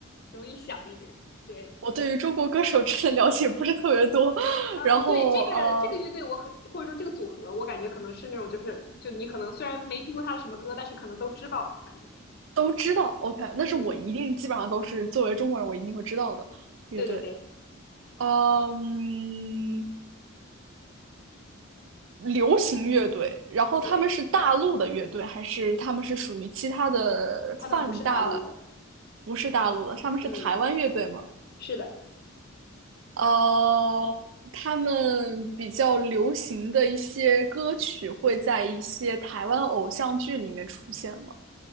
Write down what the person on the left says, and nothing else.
容易想一点？对
啊、
呃对这个这个乐队我可或者说这个组合，我感觉可能是那种就是就你可能虽然没听过他的什么歌，但是可能都知道，反正
嗯，
对对对
对，
他们不是大陆的，
嗯，是的